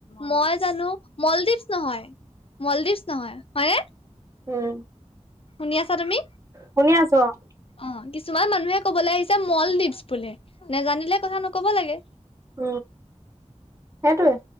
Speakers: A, on the left; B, on the right.
A: মই জানো মলদ্বীপছ নহয় মলদ্বীপছ নহয় হয়নে?
B: উম।
A: শুনি আছা তুমি?
B: শুনি আছো অ',
A: অ', কিছুমান মানুহে কবলৈ আহিছে মলদ্বীপছ বোলে নেজানিলে কথা নক'ব লাগে।
B: উম, সেইটোৱে।